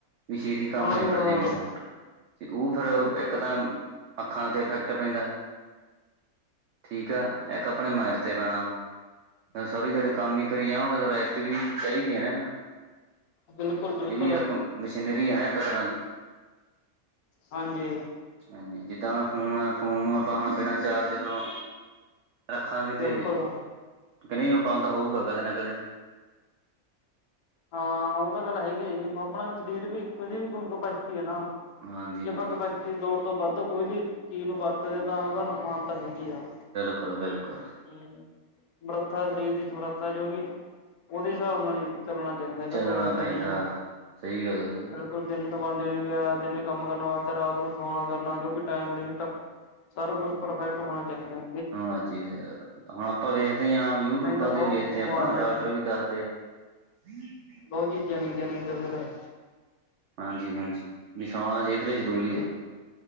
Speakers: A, on the right; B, on the left.
A: ਵੀ ਸ਼ੇਤੀ ਕੰਮ
B: ਹਾਂਜੀ
A: ਨਿਬੜ ਜੇ ਮੇਰਾ ਤੇ ਓ ਫੇਰ
B: ਬਿਲਕੁਲ
A: ਇੱਕ ਤਾਂ ਅੱਖਾਂ ਤੇ ਫੈਕਟ ਪੈਂਦਾ, ਠੀਕ ਐ ਇੱਕ ਆਪਣੇ ਮਾਈਂਡ ਤੇ ਪੈਣਾ ਸਾਰੀ ਦੇਹਾੜੀ ਕੰਮ ਈ ਕਰੀ ਜਾਓਗੇ ਤਾਂ, ਰੈਸਟ ਵੀ ਚਾਈਦੀ ਐ ਇਨਾਂ ਨੂੰ।
B: ਬਿਲਕੁਲ- ਬਿਲਕੁਲ।
A: ਇਹ ਵੀ ਇੱਕ ਮਸ਼ੀਨਰੀ ਐ ਨਾ ਇੱਕ ਤਰਾਂ ਦੀ।
B: ਹਾਂਜੀ।
A: ਹਾਂਜੀ ਜਿੱਦਾਂ ਹੁਣ ਫੋਨ ਐ, ਫੋਨ ਨੂੰ ਆਪਾਂ ਹੁਣ ਬਿਨਾਂ ਚਾਰਜ ਤੋਂ ਰੱਖਾਂਗੇ ਤੇ
B: ਬਿਲਕੁਲ
A: <unintelligible> ਬੰਦ ਹੋਊਗਾ ਕਦੇ ਨਾ ਕਦੇ ਤਾਂ
B: ਹਾਂ, ਓ ਤਾਂ ਗੱਲ ਹੈਗੀ ਐ ਜੀ ਆਪਣਾ ਸਰੀਰ ਦੀ ਵੀ ਕਪੈਸਿਟੀ ਐ ਨਾ।
A: ਹਾਂਜੀ
B: ਜੇ ਆਪਾਂ
A: ਹਾਂਜੀ
B: ਕੈਪੈਸਟੀ ਲੋੜ ਤੋਂ ਵੱਧ ਕੋਈ ਵੀ ਚੀਜ ਨੂੰ ਵਰਤਦੇ ਆਂ ਤਾਂ ਓਦਾ ਨੁਕਸਾਨ ਤਾਂ ਹੈਗ ਈ ਆ।
A: ਬਿਲਕੁਲ -ਬਿਲਕੁਲ।
B: ਹਮ, ਸਮਰੱਥਾ ਸ਼ਰੀਰ ਦੀ ਸਮਰੱਥਾ ਜੋ ਵੀ ਓਦੇ ਹਿਸਾਬ ਨਾਲ ਈ ਚੱਲਨਾ ਚਹੀਦਾ ਜੋ
A: ਚੱਲਣਾ
B: ਕੁਦਰਤ ਦਾ
A: ਪੈਂਦਾ।
B: ਨਿਯਮ ਆ,
A: ਸਹੀ ਗੱਲ ਆ ਸਹੀ ਗੱਲ
B: ਬਿਲਕੁਲ ਦਿਨ ਤਾਂ ਬਨਦੇ ਵੀ ਆ ਦਿਨੇ ਕੰਮ ਕਰਨ ਵਾਸਤੇ ਰਾਤ ਨੂੰ ਸੋਣਾ ਕਰਨਾ ਜੋ ਵੀ ਟੈਮ ਲਿਮਟ ਸਾਰਾ ਕੁਛ ਪਰਫੈਕਟ ਹੋਣਾ ਚਾਹੀਦੈ।
A: ਹੋਣਾ ਚਾਈਦਾ, ਹੁਣ ਆਪਾਂ ਵੇਖਦੇ ਆਂ ਆਮ ਯੂ ਟੂਬਾਂ
B: ਨਹੀਂ ਤਾਂ ਬਹੁਤ
A: ਤੇ ਵੇਖਦੇ
B: ਬਿਮਾਰੀਆਂ
A: ਆਂ ਆਪਾਂ ਡਾਕਟਰ
B: ਨੇ
A: ਵੀ ਦੱਸਦੇ ਐ। <inaudible>
B: ਬੋਤ ਚੀਜਾਂ ਨੀਂ ਗਿਨੀ ਦਾ ਫੇਰ।
A: ਹਾਂਜੀ-ਹਾਂਜੀ, ਨਈਂ ਸੋਣਾ ਸੇਹਤ ਲਈ ਜਰੂਰੀ ਆ।